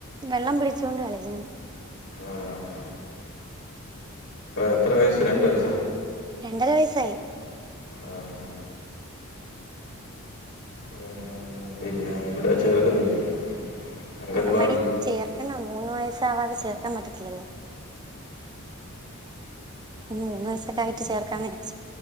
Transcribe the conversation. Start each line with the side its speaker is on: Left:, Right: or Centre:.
Right: വെള്ളം പിടിച്ചൊണ്ട് കളിക്ക്ന്ന്.
Left: ആഹ് എത്ര വയസ്സ് രണ്ട് വയസ്സ?
Right: രണ്ടര വയസ്സായി.
Left: ആഹ് ഉം പിന്നെ ഇവടെ ചേർക്കുന്നില്ലേ? അംഗൻവാടിയിൽ
Right: അംഗൻവാടി ചേർക്കണം മൂന്ന് വയസ്സാവാതെ ചേർക്കാൻ പറ്റത്തില്ലല്ലേ. ഉം മൂന്ന് വയസ്സക്കെ ആയിട്ട് ചേർക്കാന്ന് വിചാരിച്ചു.